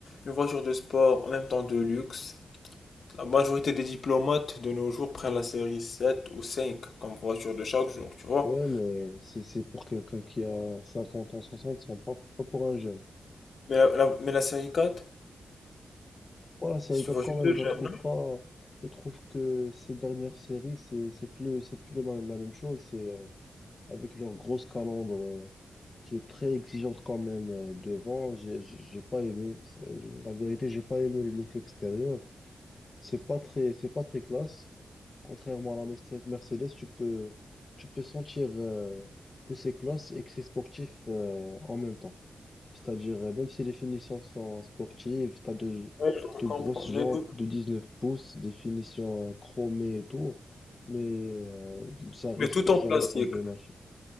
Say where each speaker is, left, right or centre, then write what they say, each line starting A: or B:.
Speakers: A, on the left; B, on the left.
A: Une voiture de sport, en même temps de luxe. La majorité des diplomates de nos jours prennent la série 7 ou 5 comme voiture de chaque jour, tu vois.
B: Ouais, mais c'est c'est pour quelqu'un qui a 50 ans, 60, c'est pas, pas pour un jeune.
A: Mais la, la- mais la série 4,
B: Voilà, série
A: c'est
B: 4
A: une voiture
B: quand même,
A: de
B: je
A: jeune,
B: la trouve
A: non?
B: pas. Je trouve que ces dernières séries, c'est c'est plus c'est plus la la même chose. C'est euh, avec leur grosse calandre euh, qui est très exigeante quand même euh, devant. J'ai j'ai j'ai pas aimé. c'est- La vérité, j'ai pas aimé le look extérieur. C'est pas très c'est pas très classe. Contrairement à la Merce- Mercedes, tu peux, tu peux sentir euh, que c'est classe et que c'est sportif euh, en même temps. C'est-à-dire, euh, même si les finitions sont sportives, tu as de,
A: Ouais, je te
B: de
A: comprends.
B: grosses
A: Mais,
B: jantes
A: nous-
B: de 19 pouces, des finitions euh, chromées et tout, mais euh, ça reste,
A: mais tout en
B: ça
A: plastique.
B: reste emblématique.